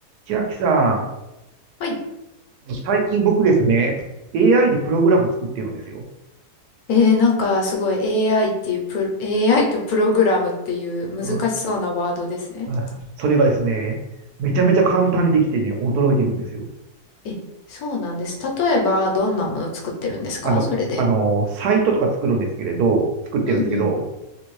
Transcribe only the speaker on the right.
千秋さ
ん、最近僕ですね、AI でプログラム作ってるんですよ。
ああそれがですね、めちゃめちゃ簡単にできてね、驚いてるんですよ。
あの、あの、サイトとか作るんですけれど、作ってるんですけど、